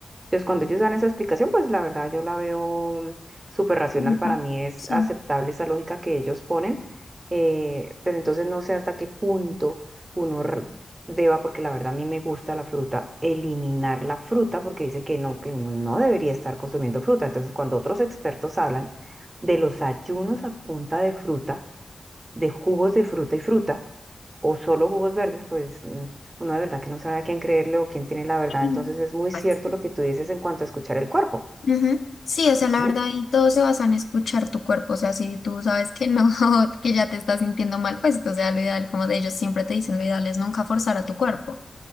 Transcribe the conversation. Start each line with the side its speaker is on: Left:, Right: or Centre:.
Right: Entonces, cuando ellos dan esa explicación, pues la verdad yo la veo súper racional.
Left: Ujú,
Right: Para mí es
Left: sí.
Right: aceptable esa lógica que ellos ponen, eh, pero entonces no sé hasta qué punto uno r- deba, porque la verdad a mí me gusta la fruta, eliminar la fruta, porque dicen que no, que uno no debería estar consumiendo fruta. Entonces, cuando otros expertos hablan de los ayunos a punta de fruta, de jugos de fruta y fruta, o solo jugos verdes, pues mm, uno de verdad que no sabe a quién creerle o quién tiene la verdad.
Left: y,
Right: Entonces es muy cierto
Left: pues,
Right: lo que tú dices en cuanto a escuchar el cuerpo.
Left: ujú, Sí, o sea, la
Right: ¿Mm?
Left: verdad, y todo se basa en escuchar tu cuerpo, o sea, si tú sabes que no, <laughs> que ya te estás sintiendo mal, pues, o sea, lo ideal, como de ellos siempre te dicen, lo ideal es nunca forzar a tu cuerpo.